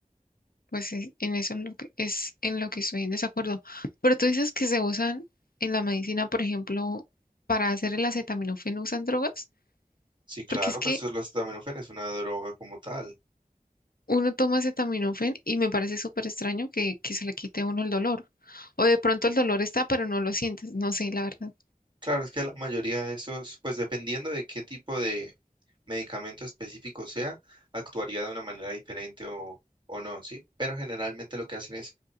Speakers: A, on the left; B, on the right.
A: Pues e- en eso es lo que es en lo que estoy en desacuerdo. Pero tú dices que se usan en la medicina, por ejemplo, para hacer el acetaminofén, ¿usan drogas?
B: Sí, claro,
A: Porque es que
B: pues los acetaminofén es una droga como tal.
A: uno toma acetaminofén y me parece súper extraño que, que se le quite a uno el dolor. O de pronto el dolor está, pero no lo sientes. No sé, la verdad.
B: Claro, es que la mayoría de esos, pues dependiendo de qué tipo de medicamento específico sea, actuaría de una manera diferente o, o no, ¿sí? Pero generalmente lo que hacen es